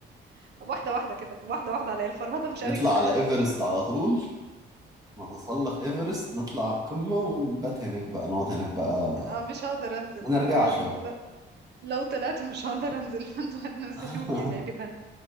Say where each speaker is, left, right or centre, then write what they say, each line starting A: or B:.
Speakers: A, on the right; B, on the right.
A: <laughs> واحده واحده كده واحده واحده عليا الفرهده مش
B: نطلع
A: قوي كده
B: على ايفرست على طول نتسلق ايفرست نطلع القمة ونبات هناك بقى نقعد هناك بقى
A: آه، مش هقدر انزل
B: ما نرجعش
A: لو يعني
B: بقى
A: طل... لو طلعت مش هقدر انزل <laughs> فانتوا هتنزلوني
B: <laughs>
A: غالبا